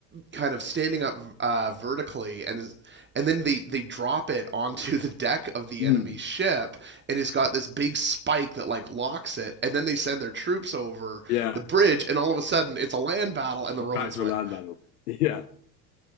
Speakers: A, on the right; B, on the left.
A: kind of standing up uh, vertically and is, and then they, they drop it onto the deck of the
B: Mm,
A: enemy ship and it's got this big spike that like locks it and then they send their troops over
B: yeah.
A: the bridge and all of a sudden it's a land battle and the romans
B: Back to
A: win
B: a land battle. <laughs> Yeah.